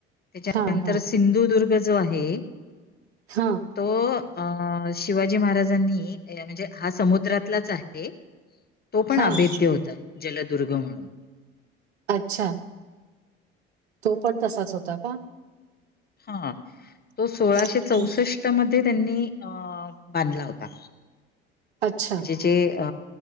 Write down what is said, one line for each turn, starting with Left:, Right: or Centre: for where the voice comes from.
Left: त्याच्यानंतर
Right: हां, हां,
Left: सिंधुदुर्ग जो आहे.
Right: हां
Left: तो अ शिवाजी महाराजांनी म्हणजे हा समुद्रातलाच आहे तो पण
Right: हां.
Left: अभेद्य होता जलदुर्ग म्हणून
Right: अच्छा तो पण तसाच होता का
Left: हा तो सोळाशे
Right: ओके.
Left: चौसष्ट मध्ये त्यांनी अ बांधला होता
Right: अच्छा.
Left: म्हणजे जे अ